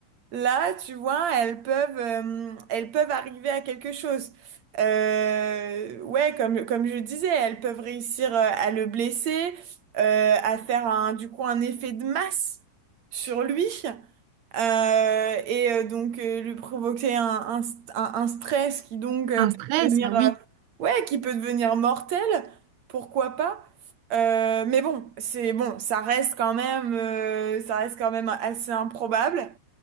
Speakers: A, on the right (about 45°); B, on the right (about 80°).
A: là, tu vois, elles peuvent, euh, elles peuvent arriver à quelque chose. Euh, ouais, comme, comme je disais, elles peuvent réussir euh, à le blesser, euh, à faire un, du coup un effet de masse sur lui euh, et euh, donc euh, lui provoquer un, un, st- un- un stress qui donc euh,
B: Un
A: peut
B: stress,
A: devenir
B: ah oui.
A: euh, ouais qui peut devenir mortel pourquoi pas Euh, mais bon c'est bon ça reste quand même euh, ça reste quand même assez improbable